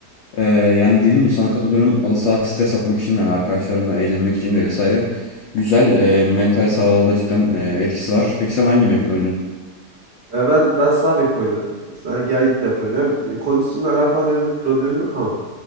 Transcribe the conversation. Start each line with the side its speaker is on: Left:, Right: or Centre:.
Left: Eee, yani dediğim gibi sana katılıyorum. Halı saha stres atmak için yani arkadaşlarla eğlenmek için vesaire güzel eee, mental sağlığa da cidden eee, etkisi var. Peki sen hangi mevkide
Right: Ya ben ben sağ bek oynuyorum. Sen gel git yapıyorum. Ya e, kondisyonla alakalı benim bir problemim yok ama